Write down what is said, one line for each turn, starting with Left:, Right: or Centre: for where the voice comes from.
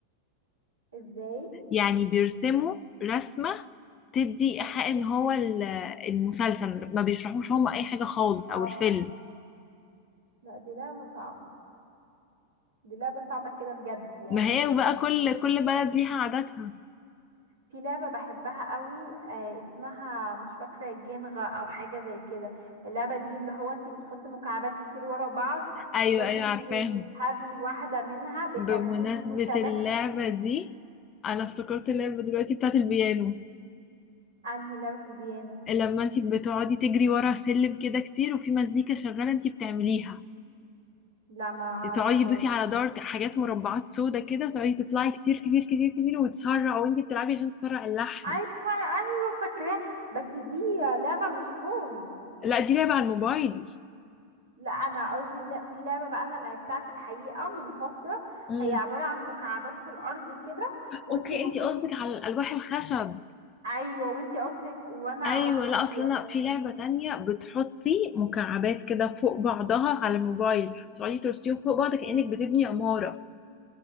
Right: ازاي
Left: يعني بيرسموا رسمه تدي ايحاء ان هو ال- المسلسل ما بيشرحوش هم اي حاجه خالص
Right: اه
Left: او الفيلم
Right: لا دي لعبه صعبه دي لعبه صعبه كده بجد يعني
Left: ما هي بقى كل كل بلد ليها عاداتها
Right: في لعبه بحبها قوي آه اسمها مش فاكره جينغا او حاجه زي كده اللعبه دي اللي هو انت بتحط مكعبات كتير ورا بعض
Left: ايوه
Right: ولازم
Left: ايوه عارفاهم
Right: ت- تسحبي واحدة منها بتركيز
Left: بمناسبة
Right: وثبات
Left: اللعبة دي أنا افتكرت اللعبة دلوقتي بتاعت البيانو
Right: انهي لعبة البيانو
Left: لما انتي بتقعدي تجري ورا سلم كده كتير وفي مزيكا شغالة انتي بتعمليها
Right: لا ما اعرفهاش
Left: تقعدي تدوسي على دار حاجات مربعات سودا كده وتقعدي تطلعي كتير كتير كتير كتير وتسرع وانتي بتلعبي عشان تسرع اللحن
Right: ايوه ايوه فاكراها بس دي لعبة مش فون
Left: لا دي لعبة على الموبايل دي
Right: لا انا قصدي لا في لعبة بقى انا لعبتها في الحقيقة من فترة
Left: امم
Right: هي عبارة عن مكعبات في الارض كده وانتي
Left: اوكي
Right: المفروض
Left: انتي قصدك على الألواح الخشب
Right: ايوه وانتي قصدك وانا
Left: ايوه
Right: قصدي
Left: لا اصل انا في لعبة تانية بتحطي مكعبات كده فوق بعضها على الموبايل تقعدي ترسيهم فوق
Right: اوكي
Left: بعض كأنك بتبني عمارة